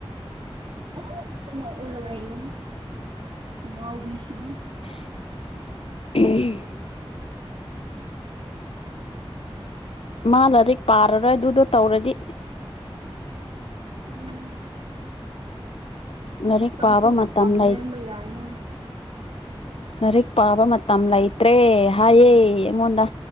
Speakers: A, on the right (about 75°); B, on the left (about 75°).
A: ꯄꯨꯅꯣꯛꯇ ꯅꯣꯛꯂꯒ ꯂꯩꯔꯦ ꯑꯉꯥꯎꯕꯤꯁꯤꯗꯤ
B: <unintelligible> ꯃꯥ ꯂꯥꯏꯔꯤꯛ ꯄꯥꯔꯔꯣꯏ ꯑꯗꯨꯗꯣ ꯇꯧꯔꯗꯤ
A: ꯎꯝ ꯉꯥꯏꯍꯥꯛꯇꯪꯁꯨ
B: ꯂꯥꯏꯔꯤꯛ ꯄꯥꯕ
A: ꯃꯇꯝ
B: ꯂꯩ
A: ꯂꯦꯟꯕ ꯌꯥꯏꯅ
B: ꯂꯥꯏꯔꯤꯛ ꯄꯥꯕ ꯃꯇꯝ ꯂꯩꯇ꯭ꯔꯦ ꯍꯥꯏꯌꯦ ꯑꯩꯉꯣꯟꯗ